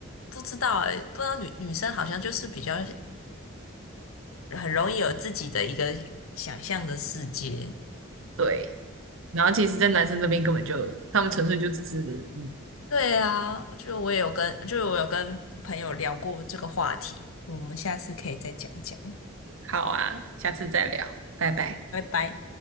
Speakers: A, on the left; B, on the right.
A: 不知道哎，不知道女女生好像就是比较很容易有自己的一个想象的世界。
B: 对，然后其实，在男生那边根本就，他们纯粹就只是嗯，
A: 对啊，就我也有跟，就是我有跟朋友聊过这个话题，我们下次可以再讲讲，
B: 好啊，下次再聊，拜拜。
A: 拜拜。